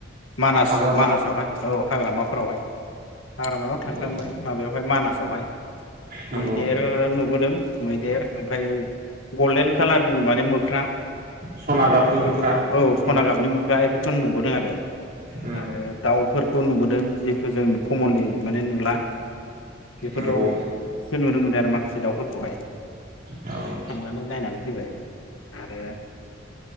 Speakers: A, on the left; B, on the right.
A: मानास
B: हाग्रामा
A: मानासावहाय औ हाग्रामाफोरावहाय हाग्रामायाव थांखांबाय
B: औ
A: माबायावहाय मानासावहाय
B: नंगौ
A: मैदेर नुबोदों मैदेर ओमफाय गल्डेन कालारनि बाने मोख्रा
B: सना गाबनि
A: बेफोरखौ
B: मोख्रा
A: औ सना
B: उम
A: गाबनि मोख्राफोर बेखौ नुबोदों आरो
B: उम
A: आरो दाउफोरखौ नुबोदों जिखु जों कमनलि माने नुला बेफोरावसो
B: नंगौ
A: नुनो मोनो आरो ना बे दावफोरखौहाय
B: औ
A: माने नायनानै फैबाय आरो